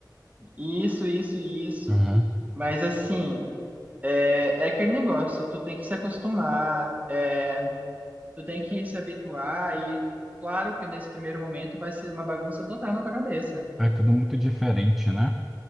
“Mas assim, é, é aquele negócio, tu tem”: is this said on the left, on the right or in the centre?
Right